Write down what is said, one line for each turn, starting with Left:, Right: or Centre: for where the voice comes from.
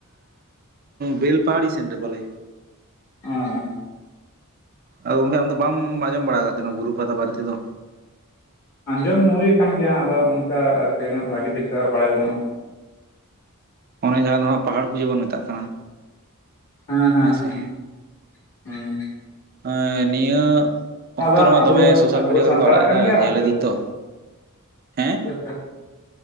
Right: ᱵᱮᱞᱯᱟᱦᱟᱲᱤ ᱥᱮᱱ ᱨᱮ ᱯᱟᱞᱮ
Left: ᱦᱚᱸ
Right: ᱟᱫᱚ ᱜᱟᱢᱠᱮ ᱟᱫᱚ ᱵᱟᱢ ᱟᱸᱡᱚᱢ ᱵᱟᱲᱟ ᱟᱠᱟᱫ ᱛᱟᱦᱮᱱᱟ ᱵᱩᱨᱩ ᱯᱟᱛᱟ ᱵᱟᱨᱮ ᱛᱮ ᱫᱚ
Left: ᱟᱸᱡᱚᱢ ᱦᱩᱭ ᱟᱠᱟᱱ ᱜᱮᱭᱟ ᱟᱫᱚ ᱚᱱᱠᱟ ᱟᱨᱠᱤ ᱩᱱᱟᱹᱜ ᱵᱷᱟᱜᱤ ᱴᱷᱤᱠ ᱫᱚ ᱦᱟᱸᱜ ᱵᱟᱲᱟᱭ ᱵᱟᱹᱱᱩᱜᱼᱟ
Right: ᱚᱱᱮ ᱡᱟᱦᱟᱸ ᱫᱚ ᱦᱟᱸᱜ ᱯᱟᱦᱟᱲ ᱯᱩᱡᱟᱹ ᱵᱚᱱ ᱢᱮᱛᱟᱜ ᱠᱟᱱᱟ
Left: ᱦᱮᱸ ᱦᱮᱸ
Right: ᱦᱮᱸᱥᱮ
Left: ᱦᱮᱸ ᱦᱩᱸ
Right: ᱦᱮᱸ ᱱᱤᱭᱟᱹ
Left: ᱚᱱᱟ
Right: ᱚᱠᱛᱚ
Left: ᱫᱚ
Right: ᱨᱮᱢᱟ
Left: ᱟᱵᱚ
Right: ᱫᱚᱢᱮ ᱥᱳᱥᱟᱞ
Left: ᱟᱵᱚ
Right: ᱢᱤᱰᱤᱭᱟ ᱠᱚᱨᱮ
Left: ᱥᱟᱱᱛᱟᱲᱟᱜ
Right: ᱠᱚ ᱟᱲᱟᱜ
Left: ᱠᱟᱱ
Right: ᱮᱫᱟ
Left: ᱜᱮᱭᱟ
Right: ᱧᱮᱞ
Left: ᱥᱮ
Right: ᱤᱫᱟᱹᱧ ᱛᱚ ᱦᱮᱸ
Left: ᱪᱮᱫ ᱞᱮᱠᱟ